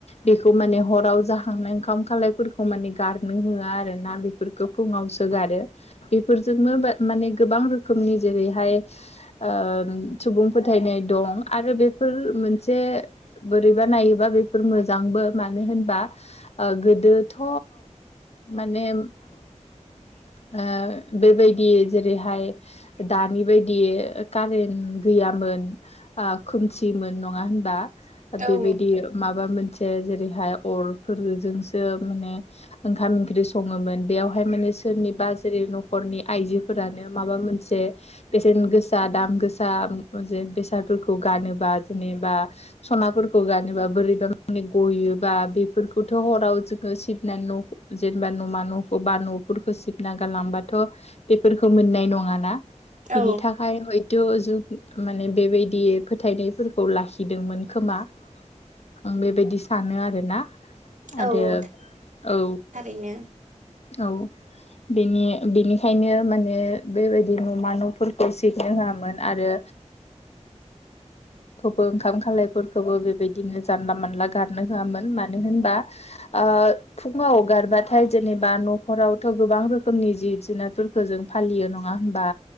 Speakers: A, on the left (about 60°); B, on the right (about 80°).
A: बेखौ माने हराव जाखांनाय ओंखाम खालायफोरखौ मानेगारनो होआ आरो ना बेफोरखौ फुङाव सोगारो बेफोरजोंनो माने गोबां रोखोमनि जेरैहाय ओ सुबुं फोथायनाय दं आरो बेफोर मोनसे बोरैबा नाय बोरैबा बेफोर मोजाबो गोदोथ' <unintelligible>
B: <inaudible>
A: ओ बेबायदि जेरैहाय दानि बायदि कारेन्ट गैयामोन ओ खोमसिमोन नङा होनबा
B: औ
A: बेबायदि माबा मोनसे जेरै ओ अर फोरजोंहायसो ओमखाम ओंख्रि सङोमोन बेयावहाय माने सोरनिबा जेरै न'खरनि आइजोफोरानो माबा मोनसे बे ओ गोसा दाम गोसा बेसादफोरखौ गानोबा जेनेबा सनाफोरखौ गा जा बोरैबा मानि गयोबा बेफोरखौथ' हाव <unintelligible> बा न'मा न'खौ बा न'फोरखौ सिबना गारलांबाथ' बेफोरखौ मोननाय नङाना बिनि
B: औ
A: थाखायाय हयथ' जुग माने बेबायदि फोथायनायफोरखौ लाखिदोंमोन खोमा आं बेबायदि सानो आरोना आरो
B: औ
A: औ
B: थारैनो
A: औ बेनि बेनिखायनो माने बेबायदि न'मा न'फोरखौ सिबनो होआमोन आरो
B: <inaudible>
A: खौबो ओंखाम खालायफोरखौबो बेबायदिनो जानला मोनानला गारनो होआमोन मानो होनबा ओ फुङाव हगारबाथाय जेनेबा न'खरावथ' गोबां रोखोमनि जिब जुनारफोरखौ जों फालियो नङा होनबा